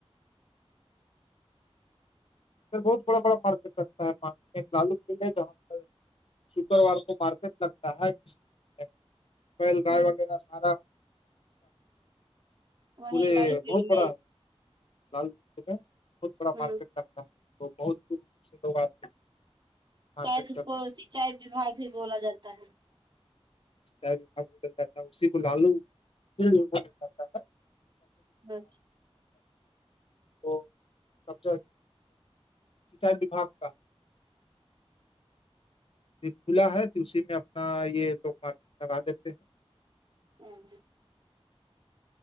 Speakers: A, on the left (about 60°); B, on the right (about 45°).
A: ر بہت بڑا بڑا مارکیٹ رکھتا ہے ایک لالو فلڈ ہے جہاں پر شکروار کو مارکیٹ لگتا ہے پل گائے
B: ہوں
A: وغیرہ سارا
B: وہیں
A: پورے
B: لالو پیڑ
A: بہت بڑا
B: میں
A: لال قعے میں بہت بڑا
B: ہوں
A: مارکیٹ لگتا ہے تو بہت دور سے لوگ آتے ہیں مارکیٹ
B: شاید اس
A: کرنے
B: کو سچائی وباگ بھی بولا جاتا ہے
A: سھال جاتا ہے اسی کو لالو جاتا ہے
B: تو
A: وہ قبضہ سنچائی وباگ کا کھلا ہے تو اسی میں اپنا یہ لوگ مارکیٹ لگا لیتے ہیں
B: ہوں